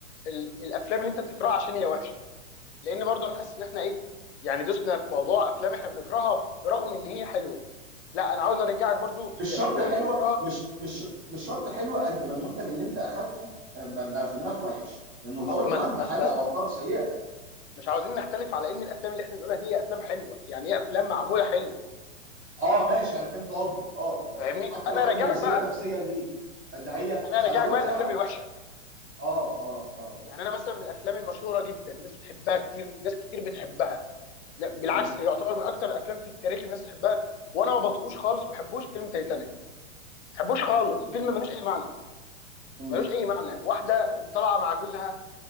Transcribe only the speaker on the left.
ال... الافلام اللي انت بتكرهها عشان هي وحشه لان برضو انا حاسس ان احنا ايه يعني دوسنا في موضوع افلام احنا بنكرهها برغم ان هي حلوه لا انا عاوز ارجعك برضو
للافلام
اللي بنكرهها
اصل ما...
ما...
ما...
مش عاوزين نختلف على ان الافلام اللي احنا بنقولها دي هي افلام حلوه يعني هي افلام معموله حلو
فاهمني
انا
راجعك
بقى
انا
راجعك بقى الافلام الوحشه
يعني انا مثلا من الافلام المشهوره جدا الناس بتحبها كتير ناس كتير بتحبها لا بالعكس
يعتبر من اكتر الافلام في التاريخ الناس بتحبها وانا ما بطقوش خالص ما بحبوش فيلم تايتانيك ما بحبوش خالص
فيلم ملوش اي معنى
ملوش اي معنى واحده طالعه مع جوزها